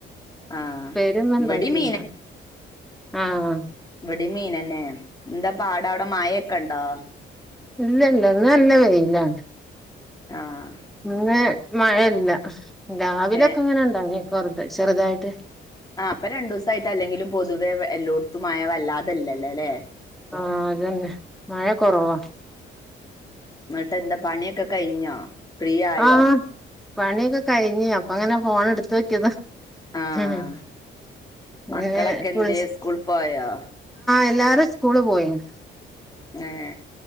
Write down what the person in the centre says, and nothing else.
പേരിന്നും ഉണ്ടാക്കില്ല
ആഹ
ഇല്ലല്ല ഇന്ന് നല്ല വെയിലാണ്
ഇന്ന് മഴയല്ല രാവിലൊക്കെ
അങ്ങനെ ഉണ്ടാവ കൊറു ചെറുതായിട്ട്
ആഹ് അതന്നെ മയ കൊറവാ
ആഹ് പണിയൊക്കെ കഴിഞ്ഞു അപ്പൊ അങ്ങനെ ഫോണ് എട്ത്തു നോക്കിയതാ
<unintelligible>
ആഹ്
എല്ലാരും സ്കൂള് പോയിന്